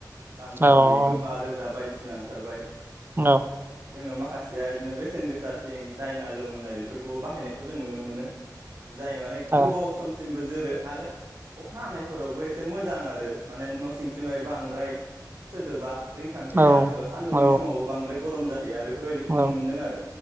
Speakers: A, on the right; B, on the right.
A: दाम खमनि
B: औ
A: गोब्बा रोजा बायदिसिना सिना ओंखारबाय
B: औ
A: जोङो मा खासेया इदिनो बेसेन गोसा थिं दायनालुम होननाय बेफोरखौबो बाहायनायखौ जों नुनो मोनो। जाय माने
B: औ
A: गोबाव समसिमबो जोरो आरो अखा हानायफोरावबो एसे मोजां आरो आरो माने न' सिं सिमाय बांद्राय सोदोबा रिंखांहैया
B: औ
A: एबा सान्दुंनि
B: औ
A: समावबो बांद्राय गरम जाहैया बे बेफोरबायदिखौ
B: औ
A: नुनो मोनदों आरो